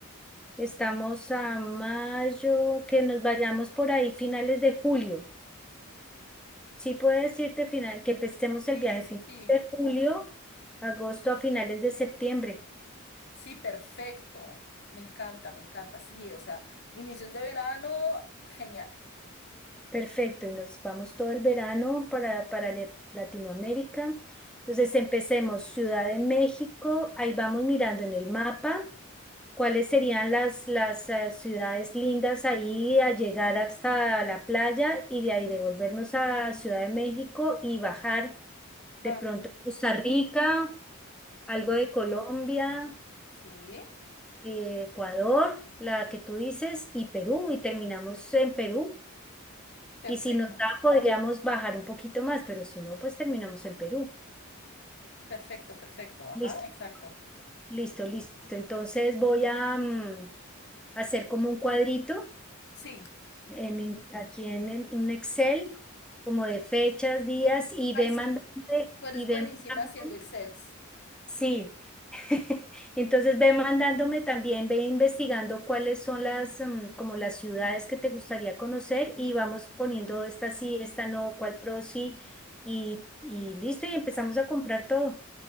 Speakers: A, in the centre; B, on the left (about 55°).
A: estamos a mayo, que nos vayamos por ahí finales de julio? Sí, puedo decirte final, que empecemos el
B: Sí,
A: viaje
B: sí,
A: finales
B: sí.
A: de julio, agosto a finales de septiembre.
B: Sí, perfecto. Me encanta, me encanta. Sí, o sea, inicios de verano, genial.
A: Perfecto, y nos vamos todo el verano para, para Le- Latinoamérica. Entonces empecemos Ciudad de México, ahí vamos mirando en el mapa cuáles serían las, las eh, ciudades lindas ahí a llegar hasta la playa y de ahí devolvernos a Ciudad de México y bajar de
B: Ah,
A: pronto a Costa Rica, algo de Colombia,
B: sí,
A: eh, Ecuador, la que tú dices, y Perú, y terminamos en Perú.
B: perfecto.
A: Y si nos da, podríamos bajar un poquito más, pero si no, pues terminamos en Perú.
B: Perfecto, perfecto. Ajá,
A: Listo,
B: exacto.
A: listo, listo. Entonces voy a mm, hacer como un cuadrito
B: Sí,
A: en, in- aquí en, en- en un Excel, como de fechas, días, y ve
B: ay, sí.
A: mandando,
B: Tú eres
A: y ve
B: buenísima
A: mandándome
B: haciendo Excels.
A: Sí, <laughs> entonces ve mandándome también, ve investigando cuáles son las, mm, como las ciudades que te gustaría conocer y vamos poniendo esta sí, esta no, cuál pro sí y, y listo y empezamos a comprar todo.